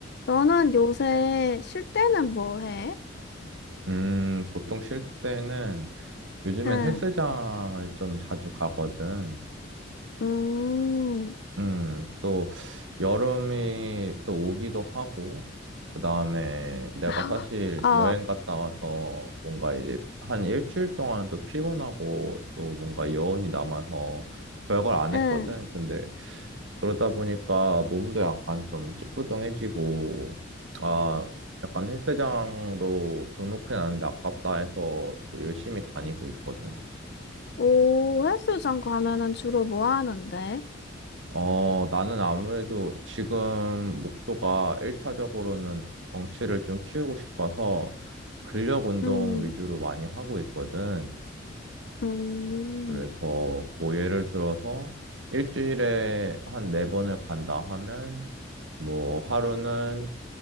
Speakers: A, on the left (about 60°); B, on the right (about 75°).
A: 너는 요새 쉴 때는 뭐 해?
B: 음, 보통 쉴 때는 요즘엔
A: 응,
B: 헬스장을 좀 자주 가거든.
A: 음,
B: 음, 또 여름이 또 오기도 하고, 그 다음에 내가
A: <laughs>
B: 사실
A: 어,
B: 여행 갔다 와서 뭔가 이제 한 일주일 동안 또 피곤하고 또 뭔가 여운이 남아서 별걸 안 했거든.
A: 응.
B: 근데 그러다 보니까 몸도 약간 좀 찌뿌둥해지고, 아, 약간 헬스장도 등록해놨는데 아깝다 해서 또 열심히 다니고 있거든.
A: 오, 헬스장 가면은 주로 뭐 하는데?
B: 어, 나는 아무래도 지금 목표가 1차적으로는 덩치를 좀 키우고 싶어서 근력 운동
A: 음,
B: 위주로 많이 하고 있거든.
A: 음,
B: 그래서 뭐 예를 들어서 일주일에 한 네 번을 간다 하면 뭐 하루는